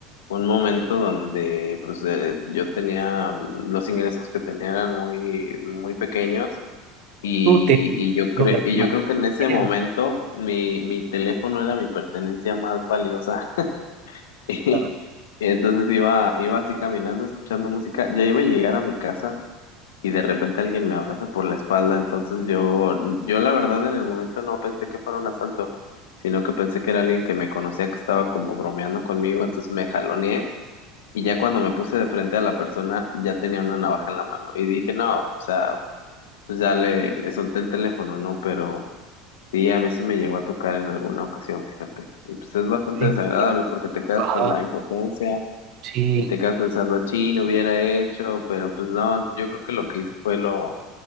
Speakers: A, on the left; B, on the right.
A: un momento donde pues eh, yo tenía, mm, los ingresos que tenía eran muy, muy pequeños. Y,
B: tú te...
A: y yo cre
B: Yo, hermano,
A: y yo creo que en ese
B: bien,
A: momento mi, mi teléfono era mi pertenencia más valiosa. <laughs>
B: claro.
A: Y entonces iba, iba así caminando, escuchando música, ya iba a llegar a mi casa y de repente alguien me abraza por la espalda, entonces yo, yo la verdad en el momento no pensé que fuera un asalto, sino que pensé que era alguien que me conocía, que estaba como bromeando conmigo, entonces me jaloneé y ya cuando me puse de frente a la persona ya tenía una navaja en la mano y dije, no, o sea, pues ya le, le solté el teléfono, ¿no? Pero... Sí, a mí se me llegó a tocar en alguna ocasión, fíjate. Y pues es bastante
B: Es
A: desagradable
B: que,
A: porque te quedas
B: ajá,
A: con la impotencia,
B: sí.
A: y te quedas pensando, chin, hubiera hecho, pero pues no, yo creo que lo que hice fue lo,